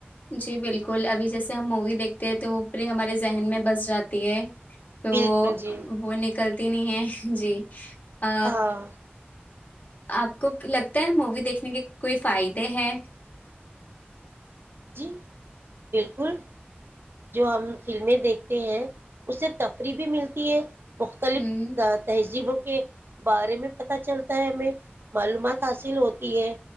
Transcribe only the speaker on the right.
بالکل جی
ہاں
جی بالکل جو ہم فلمیں دیکھتے ہیں اس سے تفریح بھی ملتی ہے مختلف
تہذیبوں کے بارے میں پت چلتا ہے ہمیں معلومات حاصل ہوتی ہے